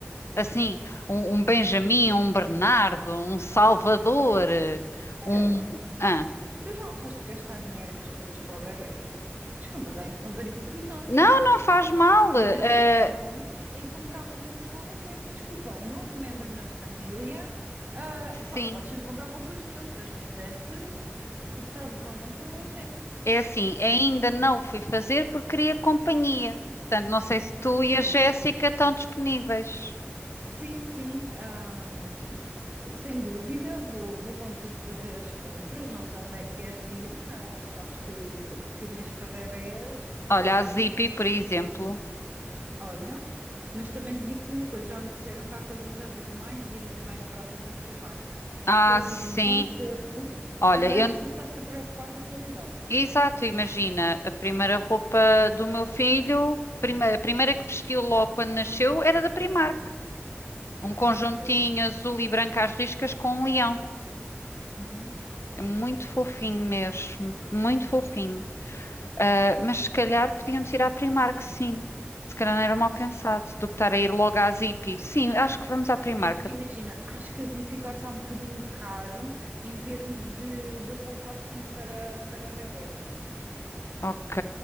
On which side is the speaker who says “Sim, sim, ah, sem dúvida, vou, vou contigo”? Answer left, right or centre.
Right